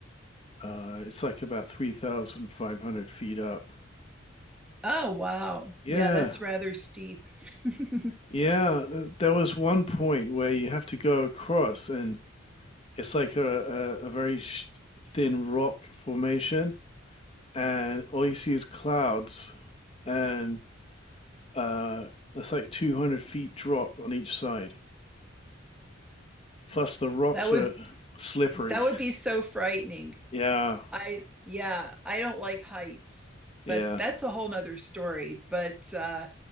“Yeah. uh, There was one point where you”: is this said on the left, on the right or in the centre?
Left